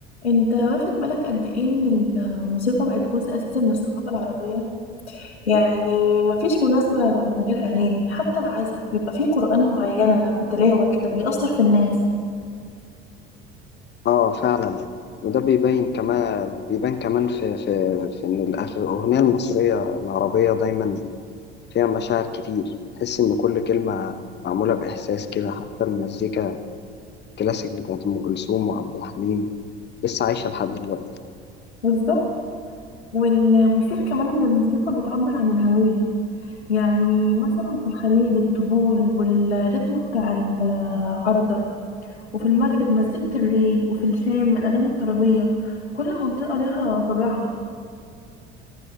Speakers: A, on the left (about 80°); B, on the left (about 30°).
A: انت واخد بالك قد ايه ان الموسيقى بقت جزء اساسي من الثقافة العربية يعني مفيش مناسبة من غير اغاني حتى العزاء بيبقى فيه قرآن معينة بتلاوة كده بيأثر في الناس
B: اه فعلا وده بيبين كمان بيبان كمان في في في ان الأغ- الاغنيه المصريه العربيه دايما فيها مشاعر كتير تحس ان كل كلمه معموله باحساس كده حتى المزيكا الكلاسيك بتاعت ام كلثوم وعبد الحليم لسه عايشه لحد دلوقتي
A: بالظبط والمثير كمان ان الموسيقى بتعبر عن الهوية يعني مثلا في الخليج الطبول والريتم بتاع العارضة وفي المغرب مزيكة الري وفي الشام الأغاني الترابية كل منطقة ليها طابعها